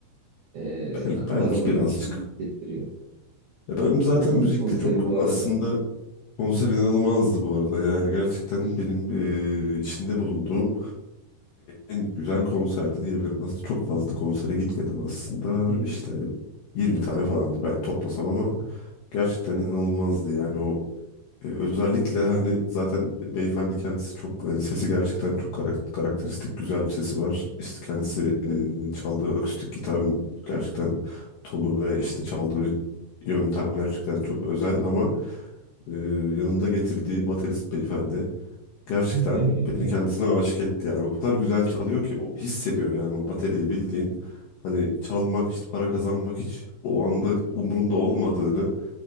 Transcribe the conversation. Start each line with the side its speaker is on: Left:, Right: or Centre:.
Right: e,
Left: Belki,
Right: kapı
Left: belki
Right: aralıyormuş
Left: birazcık.
Right: gibi hissettiriyor.
Left: Ya ben zaten
Right: Nasıldı
Left: müzikte
Right: konseri
Left: çok
Right: bu arada?
Left: aslında konser inanılmazdı bu arada. Yani gerçekten
Right: Öf.
Left: benim ee, içinde bulunduğum En güzel konserdi diyebilirim. Aslında çok fazla da konsere gitmedim aslında.
Right: Hı hı.
Left: İşte 20 tane falan belki toplasam ama gerçekten inanılmazdı. Yani o e, özellikle hani zaten beyefendi kendisi çok hani sesi gerçekten çok karak- karakteristik güzel bir sesi var. İşte kendisi
Right: Evet.
Left: e, çaldığı akustik gitarın gerçekten tonu ve işte çaldığı yöntem gerçekten çok özel ama e, yanında getirdiği baterist beyefendi Gerçekten
Right: <laughs>
Left: beni kendisine aşık etti yani. O kadar güzel çalıyor ki o hissediyor yani o bateriyi bildiğin. Hani çalmak işte para kazanmak hiç o anda umurunda olmadığını